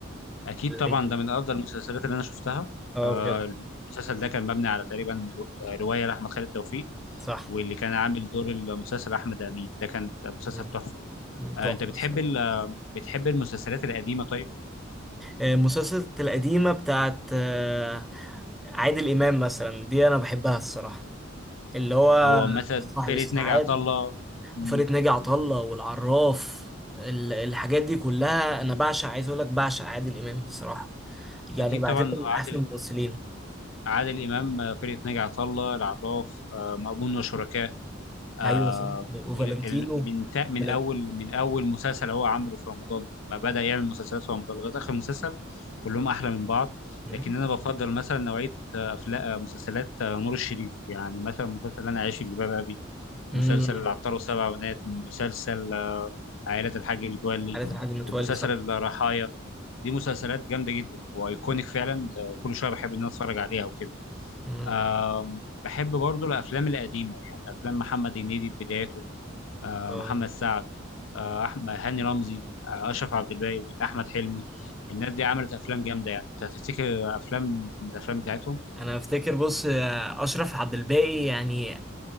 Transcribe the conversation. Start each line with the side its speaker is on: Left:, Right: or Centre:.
Left: اكيد
Centre: ولا
Left: طبعا
Centre: ايه
Left: ده من افضل المسلسلات اللي انا شفتها
Centre: اه
Left: آه
Centre: بجد
Left: المسلسل ده كان مبني على تقريبا رو- آه، روايه لاحمد خالد توفيق
Centre: صح
Left: واللي كان عامل دور المسلسل احمد امين ده كان مسلسل
Centre: مم.
Left: تحفه آه
Centre: تحفة
Left: انت بتحب
Centre: الصراحة.
Left: ال... بتحب المسلسلات القديمه طيب
Centre: آه، مسلسلات القديمة بتاعت آه، عادل إمام مثلا دي أنا بحبها الصراحة اللي هو
Left: هو مثلا
Centre: صاحب
Left: فرقة
Centre: السعادة
Left: ناجي عطا الله مم.
Centre: فرقة ناجي عطا الله والعراف ال- الحاجات دي كلها أنا بعشق عايز أقول لك بعشق عادل إمام الصراحة يعني
Left: أكيد
Centre: بعتبر
Left: طبعا
Centre: من
Left: عادل
Centre: أحسن الممثلين
Left: عادل إمام آه، فرقة ناجي عطا الله العراف آه، مأمون وشركاه آه،
Centre: ايوه س- وفالنتينو
Left: ال- ال- من ثا- من
Centre: فلن-
Left: أول من أول مسلسل هو عمله في رمضان ما بدأ يعمل مسلسلات في رمضان لغاية آخر مسلسل كلهم أحلى من بعض
Centre: مم.
Left: لكن أنا بفضل مثلا نوعية أفلام مسلسلات آه، نور الشريف يعني مثلا مسلسل أنا عايش في جلباب أبي مسلسل
Centre: مم.
Left: العطار والسبع بنات مسلسل آه، عائلة الحاج متولي
Centre: حالة الحاج متولي
Left: ومسلسل
Centre: صح
Left: الرحايا دي مسلسلات جامده جدا وايكونيك فعلا آه، كل شويه بحب ان انا اتفرج عليها وكده
Centre: مم.
Left: آم، بحب برضو الافلام القديمه يعني افلام محمد هنيدي في بداياته آه،
Centre: اه
Left: محمد سعد آه، احمد هاني رمزي آه، اشرف عبد الباقي احمد حلمي
Centre: مم.
Left: الناس دي عملت افلام جامده يعني انت هتفتكر افلام من الافلام بتاعتهم
Centre: انا افتكر بص آه، اشرف عبد الباقي يعني